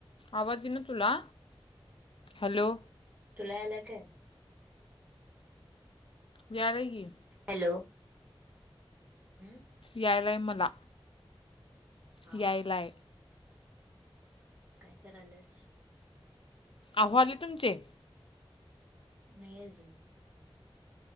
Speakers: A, on the left; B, on the right.
A: आवाज यीना तुला हॅलो?
B: तुला यालाय काय?
A: यालाय की.
B: हॅलो. हम्म.
A: यायलाय मला.
B: हा
A: यायलाय.
B: काय करायल्यास?
A: अहो आले तुमचे?
B: नाही अजून.